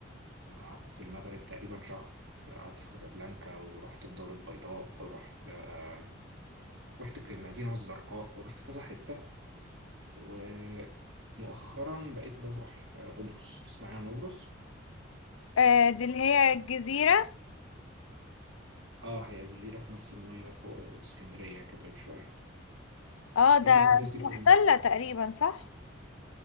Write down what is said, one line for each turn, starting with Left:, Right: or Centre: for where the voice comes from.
Right: قعدت في المغرب تقريبا شهر ف- قعدت في كازابلانكا ورحت الدار البيضاء ورحت آه، رحت المدينة الزرقاء ورحت كذا حتة ومؤخرا بقيت بروح آه، قبرص تسمعي عن قبرص؟
Left: آه دي اللي هي الجزيرة
Right: اه هي جزيرة في نص المية فوق اسكندرية كده بشوية
Left: اه ده
Right: انتي سافرتي فين؟
Left: تلة تقريبا صح